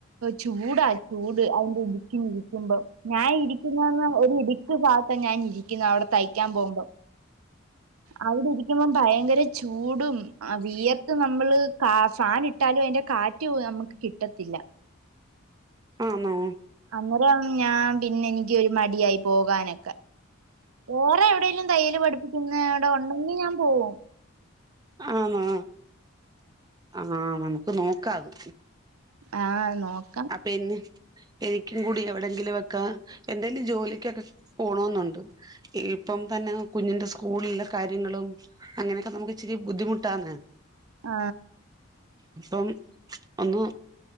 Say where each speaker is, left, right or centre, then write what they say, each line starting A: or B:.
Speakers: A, on the right; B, on the right.
A: ചൂടാ ചൂട് അതിന്റെ ഇടുക്കി ഇരിക്കുമ്പോ ഞാൻ ഇരിക്കുന്നത് തന്നെ ഇടു ട്ട് ഭാഗത്താ ഞാന് ഇരിക്കുന്നത് അവിടത്തെ തയ്ക്കാൻ പോകുമ്പം അവിടെ ഇരി ക്കുമ്പം ഭയങ്കര ചൂടും ആ വിയർത്ത് നമ്മള് കാ ഫാൻ ഇട്ടാലും അതിന്റെ കാറ്റ് നമുക്ക് കിട്ടത്തില്ല
B: ആന്നോ
A: അന്നേരം ഞാൻ പിന്നെ എനിക്ക് ഒരു മടിയായി പോകാനൊക്കെ വേറെ എവിടേങ്കിലും തയ്യൽ പഠിപ്പിക്കുന്നവിടെ ഉണ്ടെങ്കി ഞാൻ പോവും
B: ആന്നോ ആ ന്ക്ക് നോക്കാത്
A: ആ നോക്കാം
B: അപ്പൊ എന്നെ എനിക്കും കൂടി എവിടെങ്കിലുംഒക്കെ എന്തെലും ജോലിക്കൊക്കെ പോണോന്നുണ്ട് ഇപ്പം തന്നെ കുഞ്ഞിന്റെ സ്കൂളിലെ കാര്യങ്ങളും അങ്ങനെയൊക്കെ നമുക്ക് ഇച്ചിരി ബുദ്ധിമുട്ടാന്ന
A: ആ
B: അപ്പം ഒന്നു